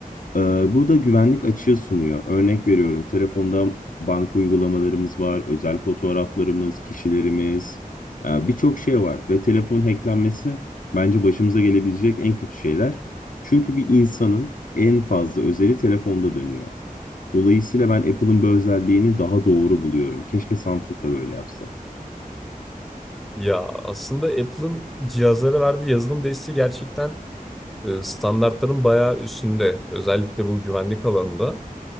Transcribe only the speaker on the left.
Ee, Bu da güvenlik açığı sunuyor. Örnek veriyorum, telefonda banka uygulamalarımız var, özel fotoğraflarımız, kişilerimiz, e, birçok şey var. Ve telefon hacklenmesi bence başımıza gelebilecek en kötü şeyler. Çünkü bir insanın en fazla özeli telefonda dönüyor. Dolayısıyla ben Apple'ın bu özelliğini daha doğru buluyorum. Keşke Samsung da böyle yapsa.